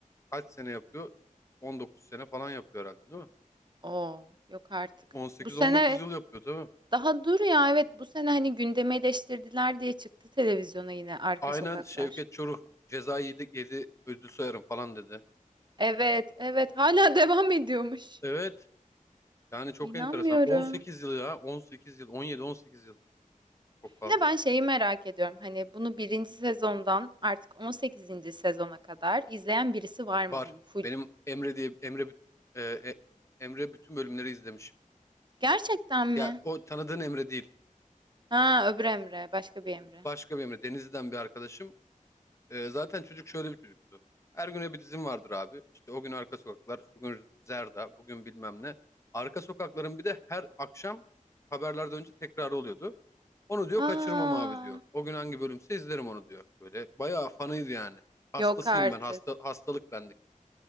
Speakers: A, on the left (about 20°); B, on the right (about 35°).
A: kaç sene yapıyor? 19 sene falan yapıyor herhalde değil mi?
B: Oo yok artık.
A: 18-19
B: Bu sene
A: yıl yapıyor değil mi?
B: Daha dur ya evet bu sene hani gündeme eleştirdiler diye çıktı televizyona yine Arka
A: Aynen
B: Sokaklar.
A: Şevket Çoruh ceza yedi, yedi ödül sayarım falan dedi.
B: Evet evet hala <laughs> devam ediyormuş.
A: Evet yani çok
B: İnanmıyorum.
A: enteresan. 18 yıl ya 18 yıl 17-18 yıl çok fazla.
B: Bir de ben şeyi merak ediyorum hani bunu birinci sezondan artık on sekizinci sezona kadar izleyen birisi var mı
A: Var.
B: hani full?
A: Benim Emre diye Emre Büt- e, e, Emre bütün bölümleri izlemiş.
B: Gerçekten mi?
A: Ya o tanıdığın Emre değil.
B: Ha öbür Emre başka bir Emre.
A: Başka bir Emre. Denizli'den bir arkadaşım. Ee, zaten çocuk şöyle bir çocuktu. Her güne bir dizim vardır abi. İşte o gün Arka Sokaklar, bugün Zerda, bugün bilmem ne. Arka Sokaklar'ın bir de her akşam haberlerden önce tekrarı oluyordu. Onu diyor kaçırmam
B: Aa,
A: abi diyor. O gün hangi bölümse izlerim onu diyor. Böyle bayağı fanıydı yani. Hastasıyım
B: yok artık.
A: ben. Hasta, hastalık bendik.